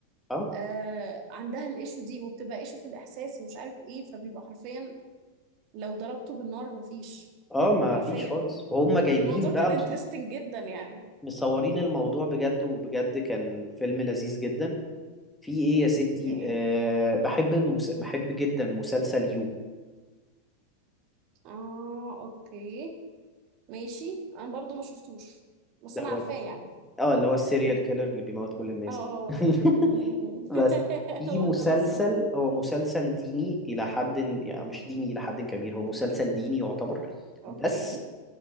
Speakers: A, in the centre; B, on the right.
A: اه
B: آه عندها الايشو دي وبتبقى ايشو في الاحساس ومش عارف ايه فبيبقى حرفيا لو ضربته بالنار مفيش
A: اه ما
B: حرفيا
A: فيش خالص وهم جايبين
B: الموضوع كان
A: بقى مص-
B: انترستنج جدا يعني
A: مصورين الموضوع بجد وبجد كان فيلم لذيذ جدا في ايه يا ستي
B: اوكي
A: أه بحب المس... بحب جدا مسلسل يو
B: اه اوكي ماشي انا برضو ما شفتوش بس
A: دوت
B: انا عارفاه يعني
A: اه اللي هو السيريال كيلر اللي بيموت كل الناس
B: اه اه هو
A: <laughs>
B: ده م- م- م.
A: بس
B: <laughs>
A: في
B: هو
A: مسلسل
B: ده بالظبط
A: هو مسلسل ديني إلى حد يعني مش ديني إلى حد كبير هو مسلسل ديني يعتبر
B: اوكي
A: بس